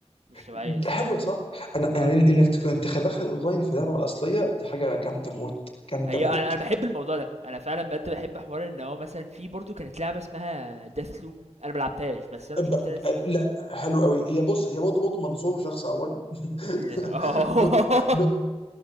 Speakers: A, on the right; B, on the left.
A: مش طبيعيه
B: م-
A: الصراحه
B: حلوه صح؟ انا انا انك تكون انت تدخل اونلاين في اللعبه الاصليه دي حاجه جامده موت جامده
A: هي
B: موت
A: انا انا بحب الموضوع ده انا فعلا بجد بحب حوار ان هو مثلا في برضو كانت لعبه اسمها داث لوب انا ملعبتهاش بس انا
B: ب...
A: شفت
B: ب...
A: ناس
B: لا حلو قوي هي بص هي برضه برضه منظور شخص اول
A: <laughs>
B: <laughs>
A: اه
B: ب... ب... ب...